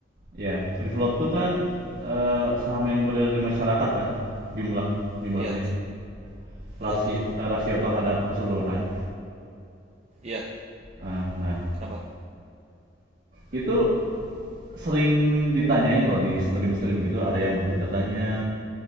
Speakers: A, on the right; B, on the right.
A: Ya, free float tuh kan eh, saham yang beredar di masyarakat kan, jumlah jumlahnya
B: Iya,
A: gitu. Rasio
B: betul betul.
A: eh, rasio terhadap keseluruhan.
B: Iya,
A: Ah, nah,
B: kenapa?
A: itu sering ditanyain loh di stream-stream gitu, ada yang butuh datanya.